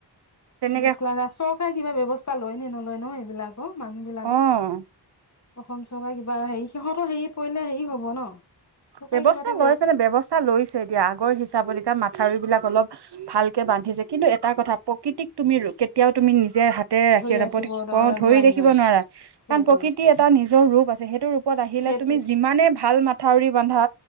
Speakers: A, on the right; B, on the left.
A: তেনেকে
B: দুখ লাগা, চৰকাৰে কিবা ব্যৱস্থা লয় নে নলয় ন এইবিলাকৰ মানুহবিলাকৰ?
A: অ'
B: অসম চৰকাৰে কিবা হেৰি সিহঁতো হেৰিত পৰিলে হেৰি হব ন। চৰকাৰে
A: ব্যৱস্থা
B: কিবা এটা
A: লৈছে মানে ব্যৱস্থা লৈছে এতিয়া আগৰ হিচাপত এতিয়া মাথাউৰিবিলাক অলপ ভালকে বান্ধিছে কিন্তু এটা কথা প্ৰকৃতিক তুমি ৰ কেতিয়াও তুমি নিজে হাত <unintelligible>
B: ধৰি ৰাখিব নোৱাৰি
A: ধৰি
B: নোৱাৰি
A: ৰাখিব নোৱাৰা
B: সেইটোৱে
A: কাৰণ প্ৰকৃতিৰ এটা নিজৰ ৰূপ আছে সেইটো ৰূপ পত আহিলে
B: সেইটো
A: তুমি যিমানে ভাল মাথাউৰি বান্ধা